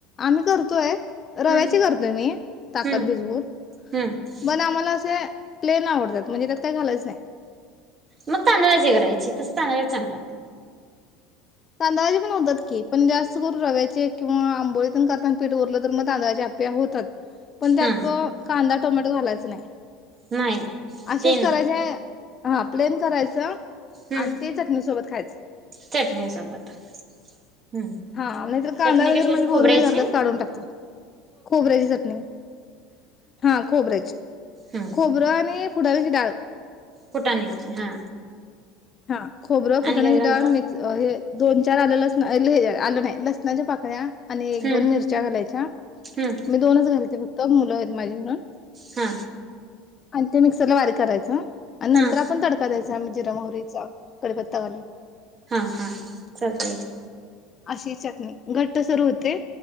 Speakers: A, on the left; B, on the right.
A: आम्ही करतोय रव्याची
B: हम्म
A: करतोय मी ताकात
B: हम्म
A: भिजवून
B: हम्म
A: पण आम्हाला असे प्लेन आवडतात म्हणजे त्यात काय घालयच नाही.
B: मग तांदळाचे करायचे तस तांदळाचे चांगले लागतात.
A: तांदळाचे पण होतात की पण जास्त करून रव्याचे किंवा आंबोळीतेन करताना पीठ उरलं तर मग तांदळाचे आप्पे होतात. पण त्यात
B: हा
A: प कांदा, टोमॅटो घालायच नाही.
B: नाही
A: असेच
B: ते न
A: करायचे. हा प्लेन करायच आणि
B: हम्म
A: ते चटणी सोबत खायचं.
B: चटणी सोबत हम्म
A: हा नाहीतर कांदा
B: चटणी
A: वगैरे
B: कशी
A: माजी
B: खोबऱ्याची
A: पोर काय करत्यात काढून टाकत्यात खोबऱ्याची चटणी हा खोबऱ्याची
B: हम्म
A: खोबरं आणि फुटण्याची डाळ.
B: फुटाण्याची हा.
A: हा. खोबर फुटाण्याची
B: आणि काय घालता
A: डाळ मिक्स दोन चार आलं लसणा हे अ आलं नाही लसणाच्या पाकळ्या आणि एक
B: हम्म
A: दोन मिरच्या घालायच्या
B: हम्म
A: मी दोनच घालते फक्त मुलं माझी मूल
B: हा.
A: आणि ते मिक्सरला बारीक करायचं. आणि नंतर
B: हा
A: आपण तडका द्यायचा मी जिर मोहरीचं कडीपता घालून
B: हा हा चालतयं कि.
A: अशी चटनी घट्टसर होते.